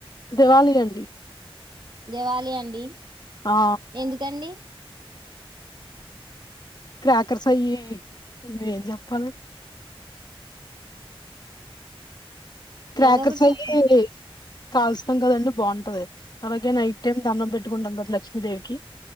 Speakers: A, on the left; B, on the right.
A: దివాలి అండి
B: దివాలి అండి
A: ఆ
B: ఎందుకండి
A: క్రాకర్స్ అయి ఇ ఏం చెప్పాలి క్రాకర్స్
B: ఏదో ఒకటి
A: అయ్యి
B: చెప్పండి
A: కాలుస్తాం కదండి బావుంటది అలాగే నైట్ టైమ్ దండం పెట్టుకుంటాం కద లక్ష్మీదేవికి